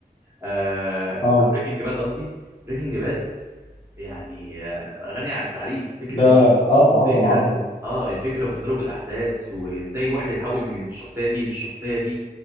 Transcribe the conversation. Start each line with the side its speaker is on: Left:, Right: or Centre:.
Right: آه
Left: اه
Right: بريكنج باد قصدي بريكنج باد يعني آه غني عن التعريف فكره
Left: ده
Right: ان هو
Left: اه
Right: الفكره
Left: عظمه عظمه
Right: اه الفكره وتدرج الاحداث وازاي واحد يتحول من الشخصيه دي للشخصيه دي